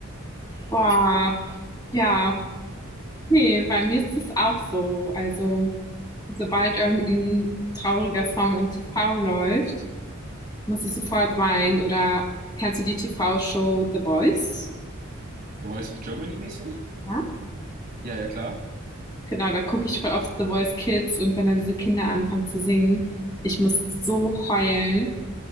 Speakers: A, on the left; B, on the right.
A: Boah, ja, nee, bei mir ist es auch so. Also, sobald irgendein trauriger Song im TV läuft, muss ich sofort weinen. Oder kennst du die TV-Show The Voice?
B: Voice of Germany mäßig?
A: Ja.
B: Ja, ja, klar.
A: Genau, da gucke ich voll oft The Voice Kids und wenn dann diese Kinder anfangen zu singen, ich muss so heulen.